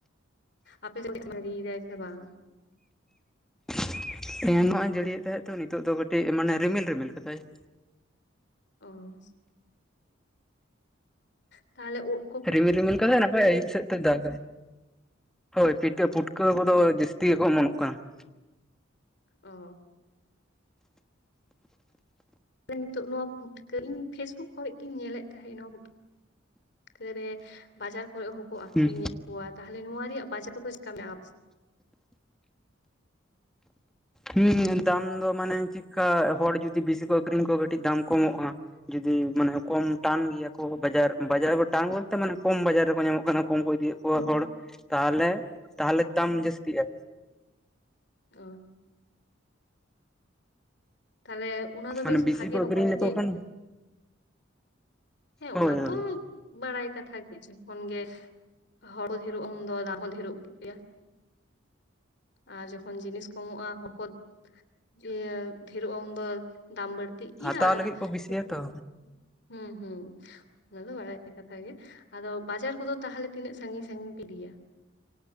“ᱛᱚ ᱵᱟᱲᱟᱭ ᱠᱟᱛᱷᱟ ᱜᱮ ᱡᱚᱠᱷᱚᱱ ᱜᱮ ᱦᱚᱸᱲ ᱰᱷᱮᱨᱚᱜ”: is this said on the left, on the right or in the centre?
Left